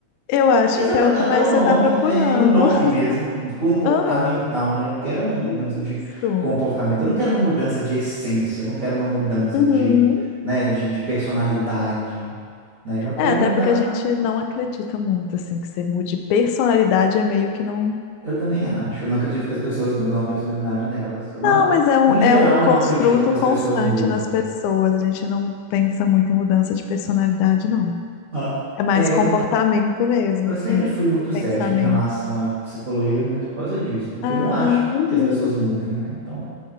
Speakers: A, on the left; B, on the right.
A: eu acho
B: Exatamente,
A: que é o que
B: até
A: mais
B: o nome,
A: você está procurando.
B: é o nome
A: <laughs>
B: mesmo, comportamental,
A: Aham,
B: né? Eu quero uma mudança
A: Isso.
B: de comportamento, eu não quero uma mudança de essência, eu não quero uma mudança
A: Uhum.
B: de, né, de, de personalidade, né? Eu quero
A: É, até
B: mudar,
A: porque a gente não acredita muito, assim, que você mude personalidade, é meio que não.
B: eu também acho, eu não acredito que as pessoas mudam a personalidade delas. Eu não-
A: Não, mas é um,
B: em geral,
A: é um
B: eu
A: construto
B: não acredito que as
A: constante
B: pessoas mudam.
A: nas pessoas. A gente não pensa muito em mudança de personalidade, não.
B: Ah,
A: É mais
B: É,
A: comportamento mesmo,
B: eu
A: assim,
B: sempre fui muito
A: e pensamento.
B: cético em relação à psicologia, muito por causa disso, porque
A: Ah,
B: eu não acho
A: uhum.
B: que as pessoas mudem, né? Então,